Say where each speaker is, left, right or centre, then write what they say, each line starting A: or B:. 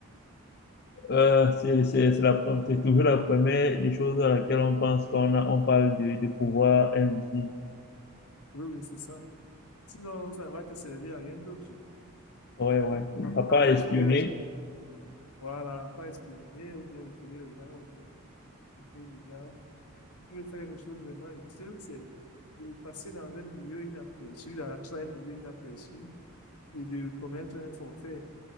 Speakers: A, on the left (about 45°); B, on the left (about 85°).
A: Euh, c'est, c'est, c'est la, pre- c'est toujours la première des choses à laquelle on pense qu'on a, on parle de, de pouvoir invisible.
B: Oui, oui, c'est ça. Sinon, ça va te servir à rien d'autre.
A: Ouais, ouais.
B: Après,
A: À part espionner,
B: effrayer les gens. Voilà, pas espionner ou bien effrayer les gens. Ou bien, effrayer les gens. Si tu veux faire quelque chose de vraiment utile, c'est de passer dans un milieu inaperçu, d'entrer dans un milieu inaperçu et de commettre un forfait,